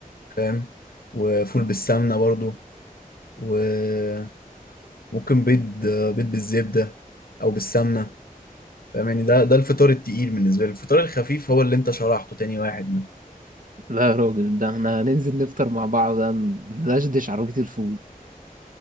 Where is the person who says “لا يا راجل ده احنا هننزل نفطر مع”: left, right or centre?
Right